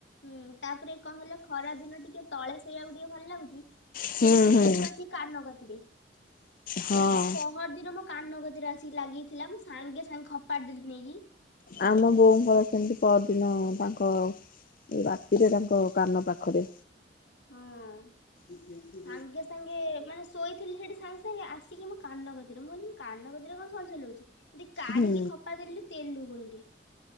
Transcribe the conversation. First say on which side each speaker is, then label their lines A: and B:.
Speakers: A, on the left (about 90°); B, on the left (about 50°).
A: ହୁଁ ତାପରେ କଣ ହେଲା ଖରା ଦିନ ଟିକେ ତଳେ ସୋଇବାକୁ ଟିକେ ଭଲ ଲାଗୁଛି। ଓପରେ
B: ହୁଁ
A: ଶୋଇଲା
B: ହୁଁ।
A: ବେଳକୁ ଆସି କାନକତିରେ
B: ହଁ
A: ଏଇଟା କଣ? ପରଦିନ ମୋ କାନକତିରେ ଆସିକି ଲାଗିଥିଲା ମୁଁ ସାଙ୍ଗେ ସାଙ୍ଗେ ଖପାଡ଼ି ଦେଲି ନେଇକି।
B: ଆମ ବୋଉଙ୍କର ସେମିତି ପରଦିନ ତାଙ୍କ ଏଇ ରାତିରେ ତାଙ୍କ କାନ ପାଖରେ।
A: ହଁ।
B: ଏଠ <inaudible>
A: ସାଙ୍ଗେ ସାଙ୍ଗେ ମାନେ ଶୋଇଥିଲି ସେଠି ସାଙ୍ଗେ ସାଙ୍ଗେ ଆସିକି ମୋ କାନକତିରେ ମୁଁ କହିଲି ମୋ କାନକତିରେ କଣ ସଲ ସଲ ହଉଚି ଦି କାଢ଼ିକି
B: ହୁଁ।
A: ଖପାଡିଦେଲି ତେଲୁ ଗୁଣିଟେ।